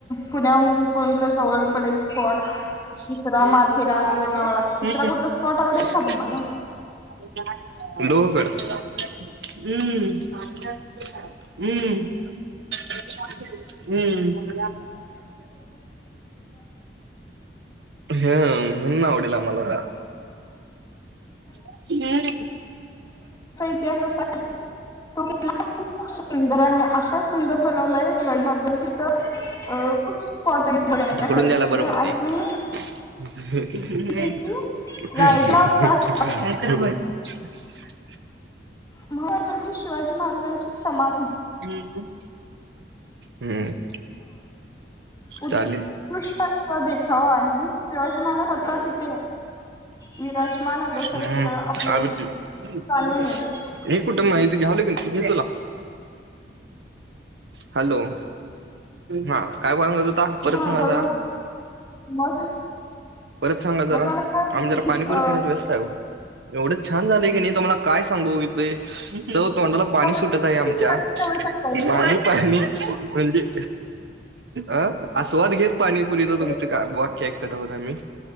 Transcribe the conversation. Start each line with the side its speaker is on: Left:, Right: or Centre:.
Left: पुण्याहून कोणंत जवळ पडेल? स्पॉट
Right: हम्म.
Left: दुसरा माथेरान लोणावळा दुसरा
Right: लोहगड
Left: कुठला स्पॉट आवडेल का तुम्हाला?
Right: हम्म. हम्म हम्म. चला. ह म्हणण आवडेल आम्हाला जरा
Left: इतिहास तोला खूप सुंदर आहे असं सुंदर बनवलंय शिवा मारजण कि तर अ खूप इम्पॉर्टंट बनण्यासारखे
Right: ढकलून द्यायला बरं पडते
Left: आणि
Right: <unintelligible>
Left: पैकी रायगाव जास्त महाराजांची शिवाजी महाराजांची समाधी
Right: हम् हम्म.
Left: उत्कृष्टचा
Right: चालेल
Left: देखावा आहे तर तुम्हाला स्वतः तिथे विराजमान झाल्यासारखं
Right: हम्म
Left: आपल्याला
Right: आवडते हम्म
Left: जाणून
Right: निलेश.
Left: येतं.
Right: हे कुटुं इथे घ्याव लागेल तुला हॅलो. हा काय ब म्हणत होता
Left: हा
Right: परत सांगा
Left: बोला
Right: जरा.
Left: ना मग
Right: परत सांगा जरा
Left: मग मला काय म्हणते
Right: आम्ही जरा
Left: की
Right: पाणीपुरी
Left: अ
Right: खाण्यात व्यस्त आहे ओ एवढं छान झाले की नाही तुम्हाला काय सांगू इथे तर तोंडाला
Left: तुम्हाला
Right: पाणी सुटत आहे आमच्या
Left: किती शेअर करू शकता का
Right: पाणी पाणी म्हणजे अं आस्वाद घेत पाणीपुरीच
Left: ते
Right: तुमच का वाक्य ऐकत आहोत आम्ही.